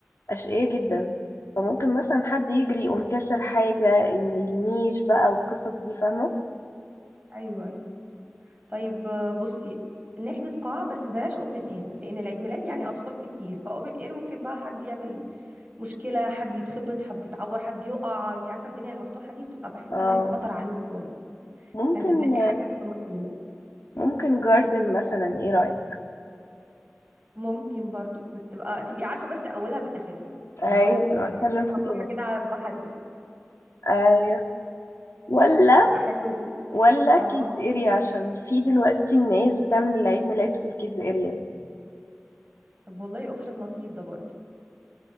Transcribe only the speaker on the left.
أشقية جدا فممكن مثلا حد يجري يقوم كسر حاجة إن النيش بقى والقصص دي فاهمة
اه
ممكن
ممكن جاردن مثلا ايه رأيك
ايوه ما انا
بتكلم
في
كده
ايوه ولا
ولا كيدز
اريا عشان في دلوقتي ناس بتعمل العيد ميلاد في الكيدز اريا